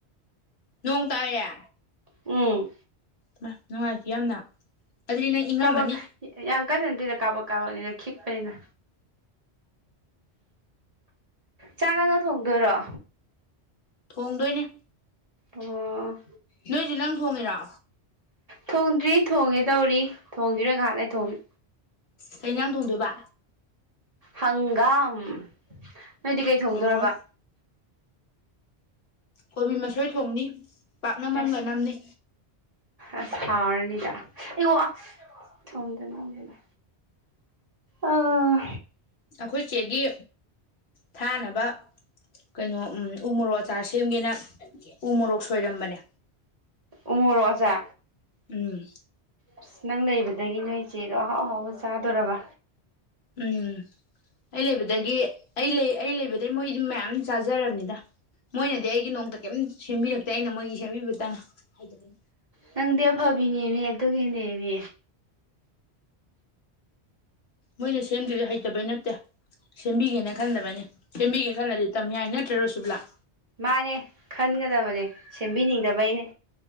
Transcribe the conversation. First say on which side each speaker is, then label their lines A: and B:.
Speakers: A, on the left; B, on the right.
A: ꯅꯣꯡ ꯇꯥꯏꯌꯦ
B: ꯎꯝ
A: ꯃꯥ ꯅꯨꯡꯉꯥꯏꯇꯦ ꯌꯥꯝꯅ ꯑꯗꯨꯗꯤ ꯅꯪ ꯏꯪꯉꯝꯃꯅꯤ
B: ꯀꯥꯕꯛ ꯌꯥꯝ ꯀꯟꯅ ꯅꯠꯇꯦꯗ ꯀꯥꯞꯕꯛ ꯀꯥꯕꯛꯅꯤꯅ ꯈꯤꯛꯄꯅꯤꯗ ꯆꯥꯛꯅꯪꯅ ꯊꯣꯡꯗꯣꯏꯔꯣ
A: ꯊꯣꯡꯗꯣꯏꯅꯦ
B: ꯑꯣ
A: ꯅꯣꯏꯁꯖꯨ ꯅꯪ ꯊꯣꯡꯉꯤꯔ
B: ꯊꯣꯡꯗ꯭ꯔꯤ ꯊꯣꯡꯒꯦ ꯇꯧꯔꯤ ꯊꯣꯡꯒꯤꯔꯣꯏ ꯉꯥꯍꯥꯛ ꯂꯩ ꯊꯣꯡꯅꯤ
A: ꯀꯩ ꯏꯟꯖꯥꯡ ꯊꯣꯡꯗꯣꯏꯕ
B: ꯍꯪꯒꯥꯝ ꯅꯣꯏꯗꯤ ꯀꯩ ꯊꯣꯡꯗꯣꯔꯔꯕ
A: ꯑꯣ ꯀꯣꯕꯤ ꯃꯁꯣꯏ ꯊꯣꯡꯅꯤ ꯄꯥꯛꯅꯝꯑꯝꯒ
B: ꯑꯁ
A: ꯅꯝꯅꯤ
B: ꯑꯁ ꯍꯥꯎꯔꯅꯤꯗ ꯑꯁ ꯑꯩꯌꯣ ꯑ ꯊꯣꯝꯗꯅꯤꯗꯅꯥ ꯑꯥ
A: ꯑꯩꯈꯣꯏ ꯆꯦꯒꯤ ꯊꯥꯅꯕ ꯀꯩꯅꯣ ꯎꯝ ꯎ ꯃꯣꯔꯣꯛ ꯑꯆꯥꯔ ꯁꯦꯝꯒꯦꯅ ꯎ ꯃꯣꯔꯣꯛ ꯁꯣꯏꯔꯝꯕꯅꯦ
B: ꯎꯃꯨꯔꯣꯛ ꯑꯥꯆꯥ
A: ꯎꯝ
B: ꯑꯁ ꯅꯪ ꯂꯩꯕꯗꯒꯤ ꯅꯣꯏ ꯏꯆꯦꯗꯣ ꯑꯍꯥꯎ ꯑꯍꯥꯎꯕ ꯆꯥꯗꯣꯔꯕ
A: ꯎꯝ ꯑꯩ ꯂꯩꯕꯗꯒꯤ ꯑꯩ ꯂꯩ ꯑꯩ ꯂꯩꯕꯗꯩ ꯃꯣꯏꯗꯤ ꯃꯌꯥꯝ ꯆꯥꯖꯔꯝꯅꯤꯗ ꯃꯣꯏꯅꯗꯤ ꯑꯩꯒꯤ ꯅꯣꯡꯇ ꯀꯩꯝ ꯁꯦꯝꯕꯤꯔꯛꯇꯦ ꯑꯩꯅ ꯃꯣꯏꯒꯤ ꯁꯦꯝꯕꯤꯕꯇꯪ ꯍꯩꯇꯕꯩ
B: ꯅꯪꯗꯤ ꯑꯐꯕꯤꯅꯦꯃꯦ ꯑꯗꯨꯒꯤꯅꯦꯃꯤ
A: ꯃꯣꯏꯅ ꯁꯦꯝꯗꯔꯤꯁꯦ ꯍꯩꯇꯕꯩ ꯅꯠꯇꯦ ꯁꯦꯝꯕꯤꯒꯦꯅ ꯈꯟꯗꯕꯩꯅꯤ ꯁꯦꯝꯕꯤꯒꯦꯅ ꯈꯜꯂꯗꯤ ꯇꯝ ꯌꯥꯏ ꯅꯠꯇ꯭ꯔ ꯔꯣꯁꯨꯕꯂꯥ
B: ꯃꯥꯅꯦ ꯈꯟꯒꯗꯕꯅꯦ ꯁꯦꯝꯕꯤꯅꯤꯡꯗꯕ ꯕꯩꯅꯦ